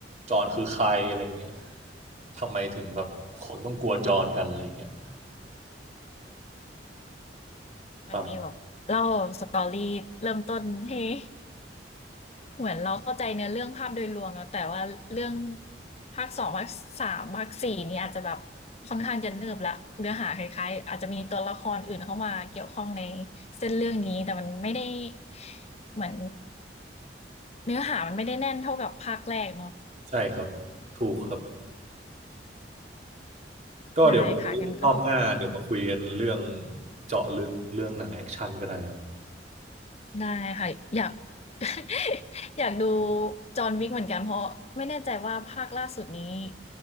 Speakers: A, on the right; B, on the left.
A: จอห์นคือใครอะไรเงี้ย ทำไมถึงแบบคนต้องกลัวจรกันอะไรอย่างเงี้ย
B: มันมีแบบเล่า
A: ตาม
B: story เริ่มต้นให้ <laughs> เหมือนเราเข้าใจเนื้อเรื่องภาพโดยรวมแล้วแต่ว่าเรื่องภาคสองภาคสามภาค4นี่อาจจะแบบค่อนข้างจะเนิบละเนื้อหาคล้ายๆอาจจะมีตัวละครอื่นเข้ามาเกี่ยวข้องในเส้นเรื่องนี้แต่มันไม่ได้เหมือนเนื้อหามันไม่ได้แน่นเท่ากับภาคแรกเนาะ
A: ใช่ครับ ถูกครับ ก็เดี๋ยว
B: ได้ค่ะงั้นก็
A: รอบหน้าเดี๋ยวมาคุยกันเรื่องเจาะลึกเรื่องหนังแอคชั่นก็ได้ครับ
B: ได้ค่ะอยาก <laughs> อยากดูจอห์นวิกเหมือนกันเพราะไม่แน่ใจว่าภาคล่าสุดนี้